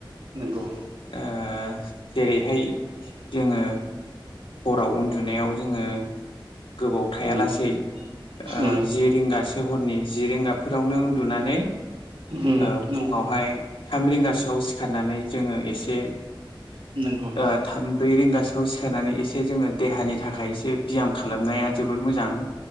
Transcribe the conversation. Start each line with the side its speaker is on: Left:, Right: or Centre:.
Right: नंगौ
Left: ओ। जेरैहाय जोङो हराव उन्दुनायाव जोङो। गोबाव थायालासे
Right: नंगौ
Left: ओ
Right: उम
Left: जि रिंगा। सो हरनि जि रिगाफोरावनो उन्दुनानै
Right: उम
Left: ओ
Right: नंगौ
Left: फुङावहाय। थाम रिंगासोआव सिखारनानै जोङो एसे ओ
Right: नंगौ
Left: थाम ब्रै रिंगा। खौ सिखारनानै एसे जोङो देहानि थाखाय एसे बियाम खालामनाया। जोबोद मोजां